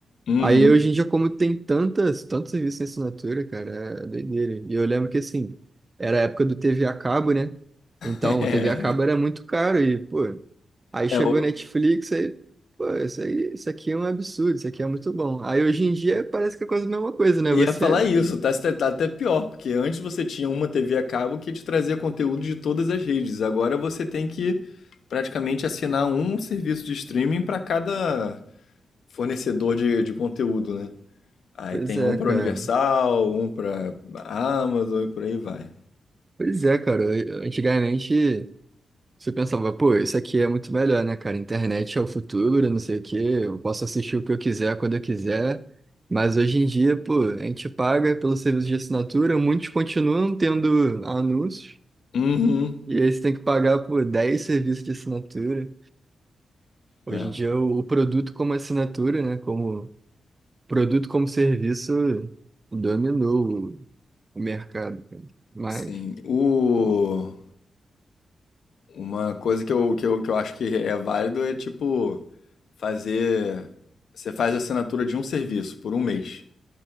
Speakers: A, on the left (about 75°); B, on the right (about 30°).
A: Uhum.
B: Aí hoje em dia, como tem tantas, tantos serviços em assinatura, cara, é doideira. E eu lembro que assim, era a época do TV a cabo, né? Então,
A: <laughs>
B: o TV a cabo era muito caro e, pô, aí chegou
A: É, o-
B: Netflix, aí, pô, isso aí, isso aqui é um absurdo, isso aqui é muito bom. Aí hoje em dia parece que é quase a mesma coisa, né?
A: Ia
B: Você,
A: falar isso, tá Tá até pior, porque antes você tinha uma TV a cabo que te trazia conteúdo de todas as redes. Agora você tem que praticamente assinar um serviço de streaming para cada fornecedor de, de conteúdo, né? Aí
B: pois
A: tem
B: é,
A: um para
B: cara.
A: Universal, um para Amazon e por aí vai.
B: Pois é, cara. Antigamente. Você pensava, pô, isso aqui é muito melhor, né, cara? Internet é o futuro, não sei o quê, eu posso assistir o que eu quiser quando eu quiser. Mas hoje em dia, pô, a gente paga pelo serviço de assinatura, muitos continuam tendo anúncios,
A: Uhum.
B: e aí você tem que pagar por 10 serviços de assinatura. Hoje
A: É,
B: em dia, o o produto como assinatura, né, como produto como serviço, dominou o o mercado, cara. Mas
A: sim. O... Uma coisa que eu, que eu, que eu acho que é válido é tipo fazer. Você faz a assinatura de um serviço por um mês.